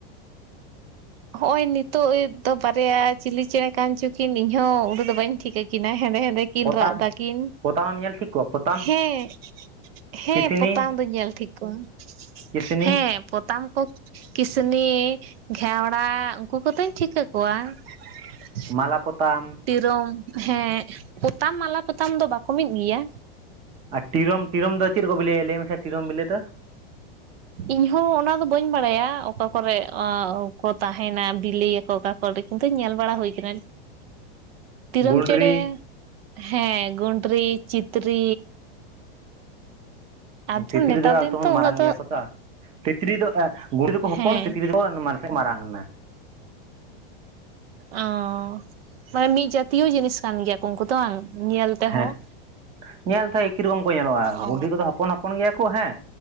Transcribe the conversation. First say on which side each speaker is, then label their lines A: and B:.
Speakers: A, on the right; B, on the right.
A: <inaudible>
B: ᱦᱚᱜᱼᱚᱭ ᱱᱤᱛᱚᱜ ᱫᱚ ᱵᱟᱨᱭᱟ ᱪᱤᱞᱤ ᱪᱮᱸᱬᱮ ᱠᱟᱱ ᱪᱚᱠᱤᱱ ᱤᱧᱦᱚᱸ ᱩᱱᱟᱹᱜ ᱫᱚ ᱵᱟᱹᱧ ᱴᱷᱤᱠᱟᱹ ᱠᱤᱱᱟ ᱦᱮᱸᱫᱮ ᱦᱮᱸᱫᱮ ᱠᱤᱱ
A: ᱯᱚᱛᱟᱢ
B: ᱨᱟᱜ ᱫᱟᱠᱤᱱ
A: ᱯᱚᱛᱟᱢᱮᱢ ᱧᱮᱞ ᱴᱷᱤᱠ ᱠᱚᱣᱟ ᱯᱚᱛᱟᱢ
B: ᱦᱮᱸ᱾ ᱦᱮᱸ
A: ᱠᱤᱥᱱᱤ
B: ᱯᱚᱛᱟᱢ ᱫᱚᱧ ᱧᱮᱞ ᱴᱷᱤᱠ ᱠᱚᱣᱟ
A: ᱠᱤᱥᱱᱤ
B: ᱦᱮᱸ ᱯᱚᱛᱟᱢ ᱠᱚ ᱠᱤᱥᱱᱤ ᱜᱷᱮᱣᱲᱟ ᱩᱱᱠᱩ ᱠᱚᱫᱚᱧ ᱴᱷᱤᱠᱟᱹ ᱠᱚᱣᱟ ᱾
A: ᱢᱟᱞᱟ ᱯᱚᱛᱟᱢ
B: ᱮᱠᱫᱚᱢ ᱦᱮᱸ ᱯᱚᱛᱟᱢ ᱢᱟᱞᱟ ᱯᱚᱛᱟᱢ ᱫᱚ ᱵᱟᱠᱚ ᱢᱤᱫ ᱜᱮᱭᱟ?
A: ᱟᱨ ᱴᱤᱨᱚᱢ ᱴᱤᱨᱚᱢ ᱫᱚ ᱪᱮᱫ ᱨᱮ ᱠᱚ ᱵᱮᱞᱮᱭᱟ ᱞᱟᱹᱭ ᱢᱮᱥᱮ ᱴᱤᱨᱚᱢ ᱵᱤᱞᱤ ᱫᱚ?
B: ᱤᱧᱦᱚᱸ ᱚᱱᱟ ᱫᱚ ᱵᱟᱹᱧ ᱵᱟᱲᱟᱭᱟ ᱚᱠᱟ ᱠᱚᱨᱮ ᱟᱻ ᱠᱚ ᱛᱟᱦᱮᱱᱟ ᱵᱤᱞᱤᱭᱟᱠᱚ ᱚᱠᱟ <unintelligible> ᱠᱤᱱᱛᱩ ᱧᱮᱞ ᱵᱟᱲᱟ ᱦᱩᱭ ᱟᱠᱟᱱᱟ ᱾
A: <inaudible>
B: ᱛᱤᱨᱚᱢ
A: ᱜᱩᱸᱰᱨᱤ
B: ᱪᱮᱸᱬᱮ ᱦᱮᱸ ᱜᱩᱱᱰᱨᱤ ᱪᱤᱛᱨᱤ ᱟᱫᱚ
A: ᱛᱤᱛᱨᱤ
B: ᱱᱮᱛᱟᱨ
A: ᱫᱚ
B: ᱫᱤᱱ
A: ᱮᱠᱴᱩᱠᱩᱱ
B: ᱛᱚ
A: ᱢᱟᱨᱟᱝ
B: ᱩᱱᱟᱹᱜ ᱫᱚ
A: ᱜᱮᱭᱟ ᱠᱚ ᱛᱚ ᱛᱤᱛᱨᱤ ᱫᱚ ᱜᱷᱩᱲᱩ ᱫᱚᱠᱚ ᱦᱚᱯᱚᱱ
B: ᱦᱮᱸ
A: ᱛᱤᱛᱨᱤ ᱫᱚᱠᱚ ᱢᱟᱱᱮᱫ ᱢᱟᱨᱟᱝ ᱮᱱᱟ
B: ᱚᱻ ᱢᱟᱱᱮ ᱢᱤᱫ ᱡᱟᱛᱤᱭᱚ ᱡᱤᱱᱤᱥ ᱠᱟᱱ ᱜᱮᱭᱟ ᱠᱚ ᱩᱱᱠᱩ ᱫᱚ ᱵᱟᱝ? ᱧᱮᱞ ᱛᱮᱦᱚᱸ
A: ᱦᱮᱸ ᱧᱮᱞ ᱛᱮᱦᱮᱸ ᱮᱠᱤ ᱨᱚᱠᱚᱢ ᱠᱚ ᱧᱮᱞᱚᱜᱼᱟ
B: ᱚ
A: ᱜᱩᱰᱷᱤ ᱠᱚᱫᱚ ᱦᱚᱯᱚᱱ ᱦᱚᱯᱚᱱ ᱦᱚᱯᱚᱱ ᱜᱮᱭᱟ ᱠᱚ ᱦᱮᱸ